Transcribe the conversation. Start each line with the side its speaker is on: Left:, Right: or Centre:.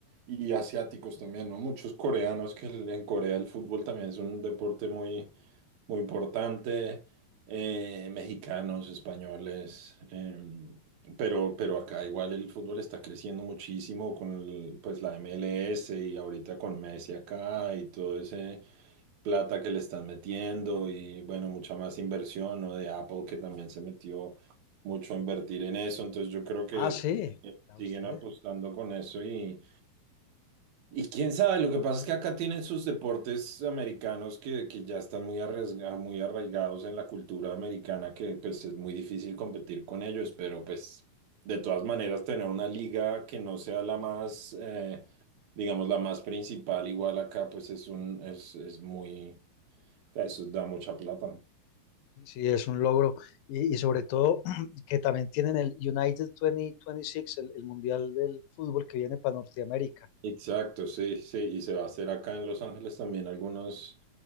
Right: y asiáticos también, ¿no? Muchos coreanos, que el- en Corea el fútbol también es un deporte muy, muy importante, eh, mexicanos, españoles, em, pero, pero acá igual el fútbol está creciendo muchísimo con el- pues la MLS y ahorita con Messi acá y todo ese plata que le están metiendo y bueno, mucha más inversión, ¿no? De Apple que también se metió mucho a invertir en eso, entonces yo creo que
Left: Ah, sí,
Right: eh,
Left: ya
Right: siguen
Left: usted.
Right: apostando con eso y, y quién sabe, lo que pasa es que acá tienen sus deportes americanos que, que ya están muy, arriesga- muy arraigados en la cultura americana que pues es muy difícil competir con ellos, pero pues de todas maneras tener una liga que no sea la más... eh, digamos, la más principal, igual acá, pues es un, es, es muy, eso da mucha plata.
Left: Sí, es un logro. Y, y sobre todo <clears throat> que también tienen el United 2026, el, el Mundial del Fútbol que viene para Norteamérica.
Right: Exacto, sí, sí. Y se va a hacer acá en Los Ángeles también algunos,